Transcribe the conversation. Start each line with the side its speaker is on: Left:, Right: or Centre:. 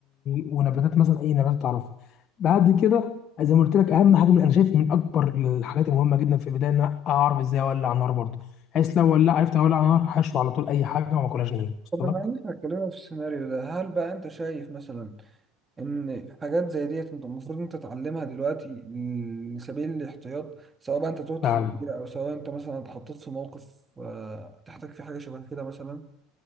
Left: ونباتات مثلا أي نبات أعرفها بعد كده زي ما قلت لك أهم حاجة من أنا شايف من أكبر الحاجات المهمة جدا في البداية إن أنا أعرف إزاي أولع نار برضه بحيث لو ولع عرفت أولع نار هشوي على طول أي حاجة وما أكلهاش نية وصلت
Right: طب بما
Left: لك؟
Right: ان احنا اتكلمنا في السيناريو ده هل بقى انت شايف مثلا ان حاجات زي ديت انت المفروض انت تتعلمها دلوقتي لسبيل الاحتياط سواء بقى انت تهت
Left: فعلا
Right: في كبيرة او سواء انت مثلا اتحطيت في موقف آه، تحتاج فيه حاجه شبه كده مثلا